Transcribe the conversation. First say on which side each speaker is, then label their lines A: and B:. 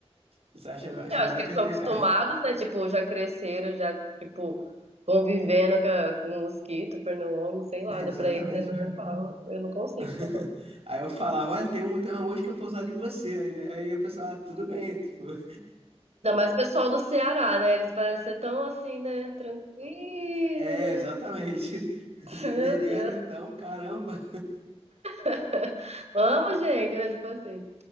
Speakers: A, on the right; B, on the right.
A: Você achava, achava
B: Eu acho
A: até
B: que
A: que...
B: eles
A: É,
B: são acostumados, né? Tipo, já cresceram, já, tipo, convivendo com, a- com mosquito, pernilongo, sei lá,
A: é, exatamente.
B: né? Pra eles é normal. Eu não consigo
A: <laughs>
B: também.
A: Aí eu falava, olha, tem, um, tem uma mosca pousada em você. Aí, ele- aí a pessoa, ah, tudo bem, tipo... <laughs>
B: Ainda mais o pessoal do Ceará, né? Eles parecem ser tão assim, né? Tranquilo.
A: É, exatamente. <laughs> Do
B: Meu
A: interior,
B: Deus.
A: então, caramba.
B: <laughs> Amo, gente, né? Tipo assim.